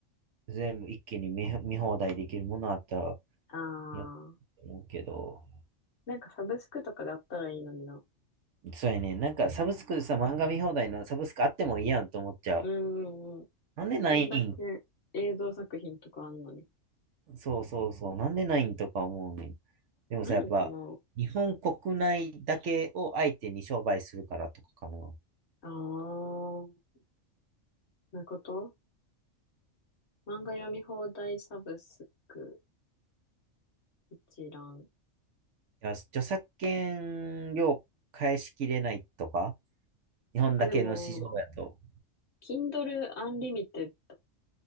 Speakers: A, on the right; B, on the left.
A: 全部一気に見、見放題できるものあったら、
B: あー、
A: いいなと思うけど。
B: なんかサブスクとかであったらいいのにな。
A: そうやね。なんかサブスクでさ、漫画見放題のサブスクあってもいいやんと思っちゃう。
B: うんうんうん。
A: なんでないん
B: あんだけ映像作品とかあんのに。
A: そうそうそう。なんでないんとか思うねん。でもさ、
B: ないんかな
A: やっぱ、日本国内だけを相手に商売するからとかかな。
B: あー、そういうこと漫画読み放題サブスク一覧。
A: いや、著作権料返しきれないとか、日本だけの市場やと。
B: あ、でも、Kindle Unlimited